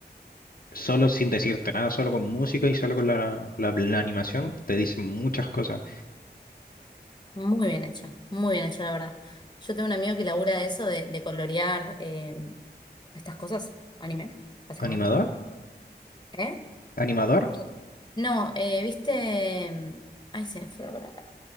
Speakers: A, on the left (about 55°); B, on the left (about 25°).
A: Solo sin decirte nada, solo con música y solo con la, la, la animación, te dicen muchas cosas.
B: Muy bien hecha, muy bien hecha, la verdad. Yo tengo un amigo que labura de eso, de, de colorear eh, estas cosas, anime, básicamente.
A: ¿Animador?
B: ¿Eh?
A: ¿Animador?
B: Y- No, eh, ¿viste? mm, Ay, se me fue la palabra.